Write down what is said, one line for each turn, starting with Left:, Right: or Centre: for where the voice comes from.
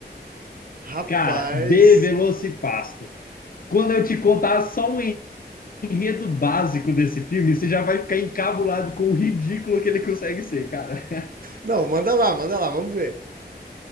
Right: rapaz.
Left: Cara, De Velocipastor. Quando eu te contar só o enredo básico desse filme, você já vai ficar encabulado com o ridículo que ele consegue ser, cara.
Right: Não, manda lá, manda lá, vamos ver.